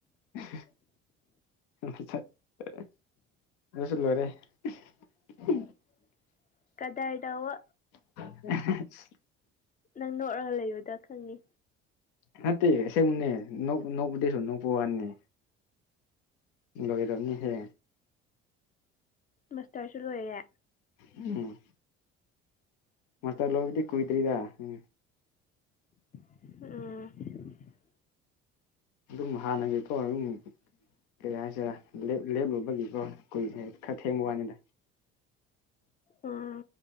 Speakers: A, on the left; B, on the left.
A: ꯑ <unintelligible> ꯑꯗꯨꯁꯨ ꯂꯣꯏꯔꯦ <unintelligible>
B: <unintelligible> ꯀꯗꯔ ꯇꯧꯕ
A: <unintelligible>
B: ꯅꯪ ꯅꯣꯛꯔꯒ ꯂꯩꯕꯗꯣ ꯈꯪꯉꯤ꯫
A: ꯅꯠꯇꯦ ꯑꯁꯦꯡꯕꯅꯦ ꯅꯣꯛ ꯅꯣꯛꯄꯗꯤ ꯁꯨꯝ ꯅꯣꯛꯄꯋꯥꯅꯦ꯫ ꯂꯣꯏꯔꯝꯅꯤ ꯍꯦ꯫
B: ꯃꯁꯇꯔꯁꯨ ꯂꯣꯏꯔꯦ꯫
A: ꯎꯝ
B: ꯎꯝ
A: ꯃꯥꯁꯇꯔ ꯂꯣꯏꯕꯗꯤ ꯀꯨꯏꯗ꯭ꯔꯤꯗ ꯎꯝ꯫
B: ꯎꯝ
A: ꯑꯗꯨꯝ ꯍꯥꯟꯅꯒꯤ <unintelligible> ꯀꯩ ꯍꯥꯏꯁꯤꯔꯥ ꯂꯦꯞ ꯂꯦꯞꯂꯨꯕꯒꯤꯀꯣ ꯀꯨꯏ ꯈꯔ ꯊꯦꯡꯕ ꯋꯥꯅꯤꯗ꯫
B: ꯎꯝ